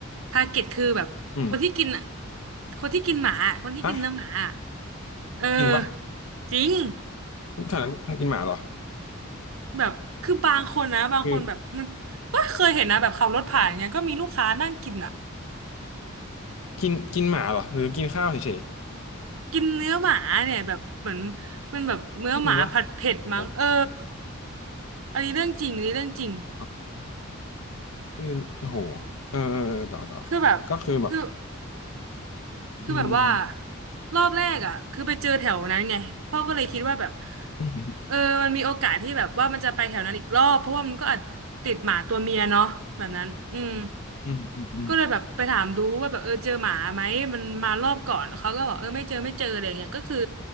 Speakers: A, on the right; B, on the left.
A: ทาร์เก็ตคือแบบคนที่กินอะ
B: อืม
A: คนที่กินหมาอะคนที่กินเนื้อหมาอะ
B: ฮะ
A: เออ
B: จริงป่ะ
A: จริง
B: ทุกแถวนั้นกินหมาเหรอ
A: แบบคือบางคนนะบางคนแบบมันก็เคยเห็นนะแบบขับรถผ่านเงี้ยก็มีลูกค้านั่งกินอ่ะ
B: คือกินกินหมาเหรอหรือกินข้าวเฉย
A: กินเนื้อหมาเนี่ยแบบเหมือนมันแบบเนื้อหมาผัดเผ็ดมั้งเออ
B: ๆจริงป่ะโอ
A: อันนี้เรื่องจริงอันนี้เรื่องจริง
B: ้ เออโอ้โหเออเออเออ ต่อต่อ
A: คือแบบคือ
B: ก็คือแบบ
A: คือแบบว่า
B: อืม
A: รอบแรกอ่ะคือไปเจอแถวนั้นไงพ่อก็เลยคิดว่าแบบ
B: อืม
A: เออมันมีโอกาสที่แบบว่ามันจะไปแถวนั้นอีกรอบเพราะว่ามันก็อาจติดหมาตัวเมียเนาะแบบนั้นอืม
B: อืม อืม อืม
A: ก็เลยแบบไปถามดูว่าแบบเออเจอหมาไหมมันมารอบก่อนเขาก็บอกเออไม่เจอไม่เจออะไรเงี้ยก็คือ